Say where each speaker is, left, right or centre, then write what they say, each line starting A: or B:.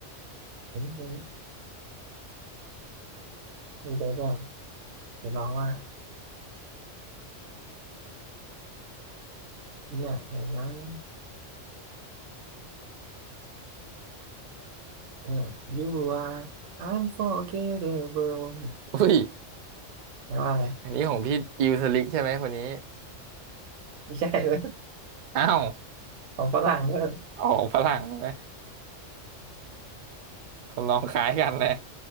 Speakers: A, on the right; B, on the right.
A: ผมคืมคือแบบว่างจะร้องว่าเนี่ยอะไรวะเนี่ย you are unforgettable เนี่ย
B: อุ้ย
A: แปลว่าอะไร
B: อันนี้ของพี่อิวสลิกใช่ไหมคนนี้
A: ไม่ใช่เว้ย
B: อ้าว
A: ของฝรั่งเว้ย
B: ออกฝรั่งเลยนะทำนองคล้ายกันเลย